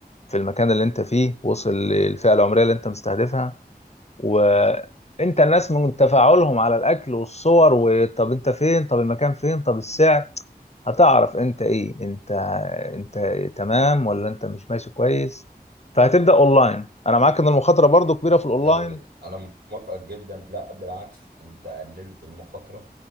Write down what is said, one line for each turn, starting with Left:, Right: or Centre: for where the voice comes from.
Left: في المكان اللي انت فيه وصل للفئه العمريه اللي انت مستهدفها وانت الناس من تفاعلهم على الاكل والصور وطب انت فين طب المكان فين طب السعر هتعرف انت ايه انت انت تمام ولا انت مش ماشي كويس فهتبدأ اونلاين انا معاك ان المخاطرة برضو كبيرة في الاونلاين
Right: حلو جدا انا موافقك جدا لا بالعكس انت قللت المخاطره